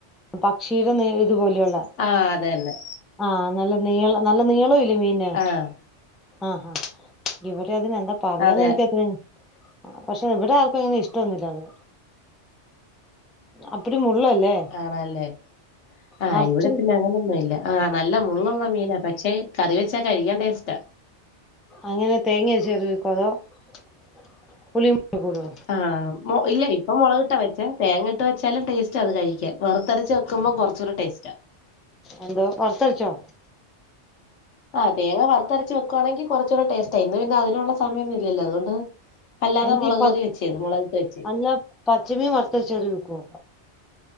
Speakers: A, in the centre; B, on the left (about 75°).
A: പക്ഷെ തീരെ നേരിയത് പോലെയുള്ള
B: ആഹ് അത് തന്നെ
A: ആ നല്ല നീളം നല്ല നീളം ഇ മീനെ
B: ആഹ്
A: ആ ഹാ ആ അതിനെന്താ പറയാന്ന്
B: അതെ
A: എനിക്ക അത്ര <unintelligible> പക്ഷെ എവിടെ ആർക്കും അങ്ങനെ ഇഷ്ടൊന്നില്ല അത് അപ്പടി മുള്ളല്ലേ
B: ആണല്ലേ ആഹ്
A: നറച്ചും
B: ഇവിടെ പിന്നെ അങ്ങനൊ ഒന്നും ഇല്ല. ആഹ് നല്ല മള്ളുള്ള മീനാ പക്ഷെ കറി വെച്ചാ കഴിക്കാൻ ടേസ്റ്റാ
A: അങ്ങനെ തേങ്ങേ <unintelligible> പുളിയും കൂടെ കൂടോ
B: ആഹ് മൊ ഇല്ല ഇപ്പൊ മുളക്ട്ടാ വെച്ചേ തേങ്ങ ഇട്ട് വെച്ചാലും ടേസ്റ്റ് അത് കഴി വറുത്തെരച്ച് വെക്കുമ്പോ കുറച്ചൂടെ ടേസ്റ്റാ
A: എന്തോ വർത്തര്ച്ചോ?
B: ആഹ് തേങ്ങ വറുത്തരച്ച് വെക്കുവാണെങ്കി കുറച്ചൂട ടേസ്റ്റാ ഇന്ന് പിന്ന അതിനുള്ള സമയൊന്നും ഇല്ലല്ലൊ അതുകൊണ്ട് അല്ലാതെ
A: എന്ത്
B: മുളക്
A: ഈ പ
B: കറി വെച്ചത് മുളകിട്ട് വെച്ചെ
A: അല്ല പച്ചമീൻ വറുത്തരച്ച് കറി വെക്കോ